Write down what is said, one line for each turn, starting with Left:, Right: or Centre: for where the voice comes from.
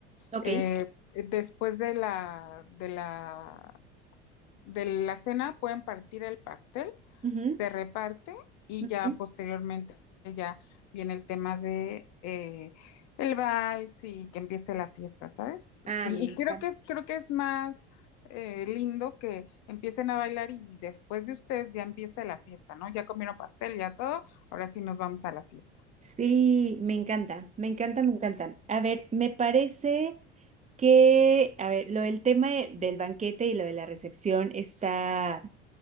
Right: Ok.
Left: Eh, después de la, de la de la cena pueden partir el pastel,
Right: Ujú,
Left: se reparte y
Right: ujú.
Left: ya posteriormente ya viene el tema de eh, el vals y que empiece la fiesta, ¿sabes?
Right: Ah,
Left: Y,
Right: me encanta.
Left: y creo que es, creo que es más eh, lindo que empiecen a bailar y después de ustedes ya empiece la fiesta, ¿no? Ya comieron pastel, ya todo, ahora sí nos vamos a la fiesta.
Right: Sí, me encanta, me encanta, me encanta. A ver, me parece que, a ver, lo del tema de- del banquete y lo de la recepción está...